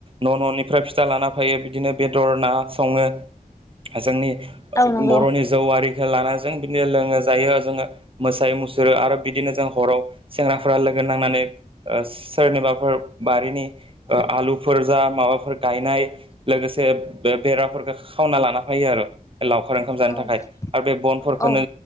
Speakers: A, on the right; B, on the left.
A: न' न'निफ्राय फिथा लाना फायो बिदिनो बेदर ना सङो। जोंनि
B: औ नंगौ
A: बर'नि जौ आरिखौ लाना जों बिदिनो लोङो जायो जोङो मोसायो मुसुरो आरो बिदिनो जों हराव सेंग्राफोरा लोगो नांनानै सोरनिबाफोर बारिनि ओ आलुफोर जा माबाफोर गायनाय लोगो से बेराफोरखौ खावना लाना फायो आरो। लावखार ओंखाम जानो
B: औ
A: थाखाय आरो बे बनफोरखोनो
B: औ औ